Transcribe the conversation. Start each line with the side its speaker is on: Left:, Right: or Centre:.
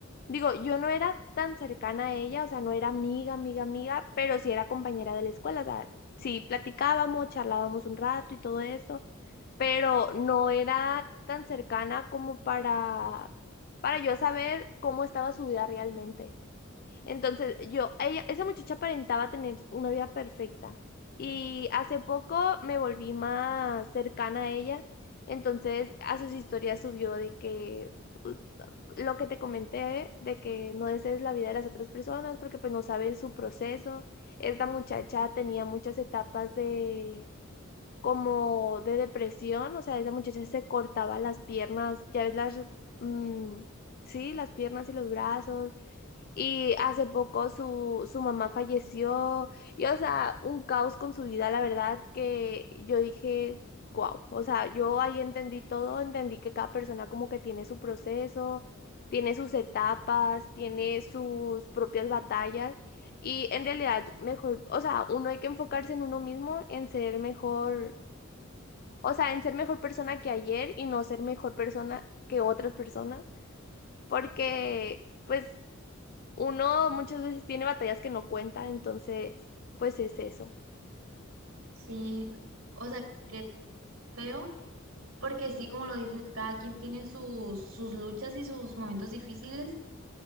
Left: Digo, yo no era tan cercana a ella, o sea, no era amiga, amiga, amiga, pero sí era compañera de la escuela, o sea, sí platicábamos, charlábamos un rato y todo esto, pero no era tan cercana como para, para yo saber cómo estaba su vida realmente. Entonces, yo, ella, esa muchacha aparentaba tener una vida perfecta y hace poco me volví más cercana a ella, entonces a sus historias subió de que lo que te comenté de que no desees la vida de las otras personas porque pues no sabes su proceso. Esta muchacha tenía muchas etapas de como de depresión, o sea, esa muchacha se cortaba las piernas, ya ves las, mm, sí, las piernas y los brazos y hace poco su, su mamá falleció. Y, o sea, un caos con su vida, la verdad, que yo dije, wow. O sea, yo ahí entendí todo, entendí que cada persona como que tiene su proceso, tiene sus etapas, tiene sus propias batallas. Y en realidad, mejor, o sea, uno hay que enfocarse en uno mismo, en ser mejor, o sea, en ser mejor persona que ayer y no ser mejor persona que otras personas, porque pues uno muchas veces tiene batallas que no cuenta, entonces, pues es eso.
Right: Sí, o sea, qué feo, porque sí, como lo dices, cada quien tiene sus, sus luchas y sus momentos difíciles,